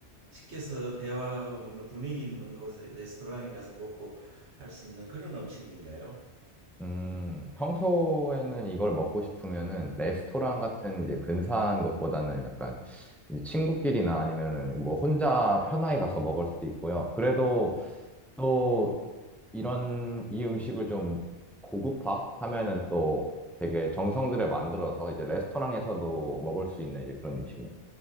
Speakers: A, on the right; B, in the centre.
A: 시켜서 대화하고 먹는 분위기 있는 곳에 레스토랑에 가서 먹고 할 수 있는 그런 음식인가요?
B: 음, 평소에는 이걸 먹고 싶으면은 레스토랑 같은 이제 근사한 것보다는 약간 이제 친구끼리나 아니면은 뭐 혼자 편하게 가서 먹을 수도 있고요. 그래도 또 이런 이 음식을 좀 고급화 하면은 또 되게 정성들여 만들어서 이제 레스토랑에서도 먹을 수 있는 이제 그런 음식입니다.